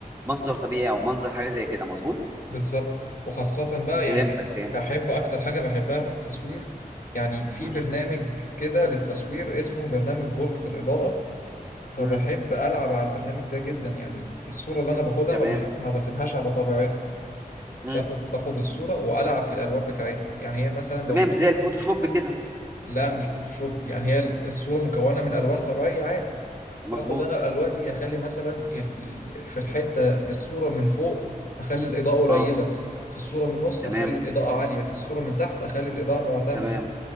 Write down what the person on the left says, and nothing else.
بالظبط وخاصة بقى
يعني
بحب أكتر حاجة بحبها في التصوير يعني في
برنامج كده للتصوير اسمه برنامج غرفة الإضاءة فبحب
ألعب على البرنامج ده جدا يعني الصورة اللي أنا باخدها
ما, بح... ما بسيبهاش على طبيعتها
باخد باخد الصورة وألعب في الألوان بتاعتها يعني هي مثلا
لو
لا مش فوتوشوب يعني هي الصورة مكونة من ألوان طبيعية عادي
باخد أنا الألوان دي أخلي مثلا ال... في الحتة في الصورة من فوق أخلي الإضاءة قليلة
في الصورة من النص
أخلي الإضاءة عالية في الصورة من تحت أخلي الإضاءة معتمة